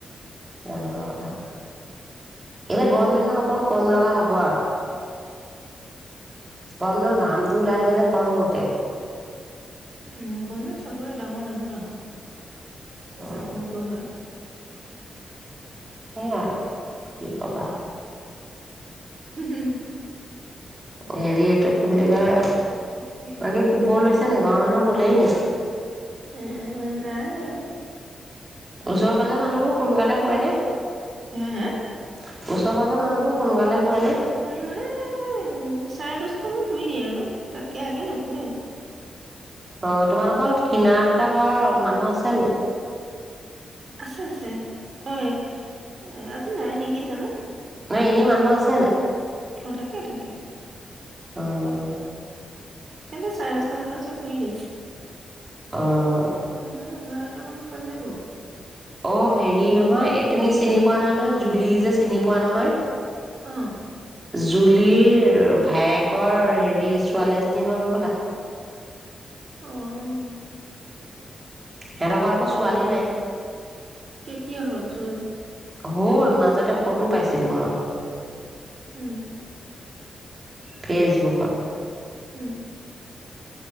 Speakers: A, on the right; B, on the right.
A: এনেকুৱা কথা। এতিয়া
B: অ',
A: গৰম দিনত অকন কম লগা হ'ব। কোৱা। গৰম দিনত ঘাম ওলায় থাকে যে কম মুতে।
B: উম গৰম দিনত চবৰে ডাঙৰ মানুহৰো নহয় পেছাপ
A: উম
B: কমকৈ হয়।
A: হে আৰু কি ক'বা?
B: <inaudible>
A: হেৰি এইটো কি বুলি কয়?
B: তাকে
A: বাকী শুবলৈছে নেকি ঘৰৰ মানুহ। শুলেই নি
B: এ এ নাই।
A: ওচৰৰ পাজৰৰ মানুহবোৰ সোনকালে শুৱে নে?
B: হে হে
A: ওচৰ পাজৰ মানুহবোৰ সোনকালে শুৱে নে?
B: উম, মানে উ চাৰে দচ শুই দিয়ে আৰু তাতকে আগে নুশুৱে।
A: অ', তোমালোকৰ কিনাৰ দুটা ঘৰৰ মানুহ আছে নে?
B: আছে, আছে অ', আজি নাই নেকি জানো।
A: নাই এনেই মানুহ আছে নাই?
B: অ', থাকে, থাকে।
A: অ'।
B: কিন্তু চাৰেদস্তা মানলৈ চ'ব শুই দিয়ে।
A: অ',
B: আমাৰ এঘাৰ এটামান বাজিব।
A: অ', হেৰি নহয় এ তুমি
B: কেতিয়াবা
A: চিনি পোৱা নাই নহয় জুলি যে চিনি পোৱা নহয়?
B: অ
A: জুলিৰ ভায়েকৰ হেৰি ছোৱালীজনী হ'ল হ'বলা।
B: অ'।
A: সেহঁতৰ ঘৰত আকৌ ছোৱালী নাই
B: কেতিয়া হ'ল ছোৱালী?
A: হ'ল, মাজতে ফটো পাইছিলো মই।
B: উম।
A: ফেচবুকত
B: উম।